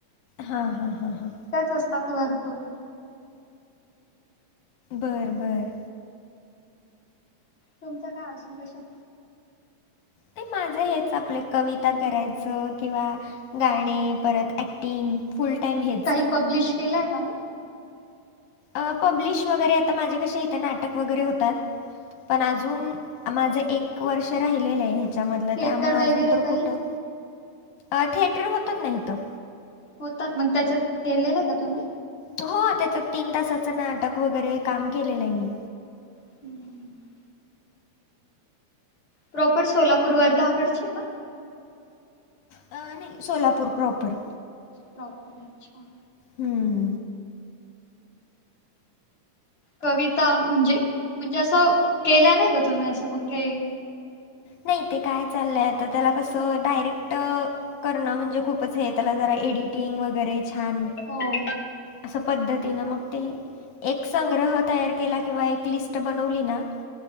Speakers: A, on the left; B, on the left.
A: हा हा हा हा.
B: त्याच असता कलरफुल.
A: बरं बरं.
B: तुमचं काय असुन कशात?
A: ते माझं हेच आपल कविता करायचं किंवा गाणे परत ऍक्टिंग फुल टाइम हे.
B: काही पब्लिश केलाय का मग?
A: अ पब्लिश वगैरे आता माझे कसे इथं नाटक वगैरे होतात. पण अजून माझं एक वर्ष राहिलेलं आहे ह्याच्यामधलं.
B: थिएटर
A: त्यामुळे
B: वगैरे
A: अजून तर
B: काही
A: कुठं अ थिएटर होतत ना हीत.
B: होतात, मग त्याच्यात केलेलं आहे का तुम्ही?
A: हो त्याच्यात तीन तासाचं नाटक वगैरे काम केलेलं आहे मी.
B: <inaudible> प्रॉपर सोलापूर वर्धा कडचे आहे का?
A: अ नाही सोलापूर प्रॉपर.
B: प्रॉपर अच्छा!
A: हम्म.
B: कविता म्हणजे म्हणजे असं केल्या नाही का तुम्ही असं कुठेही?
A: नाही ते काय चाललंय आता, त्याला कसं डायरेक्ट करणं म्हणजे खूपच हे त्याला जरा एडिटिंग वगैरे छान.
B: हो.
A: असं पद्धतीनं मग ते. एक संग्रह तयार केला किंवा एक लिस्ट बनवली ना.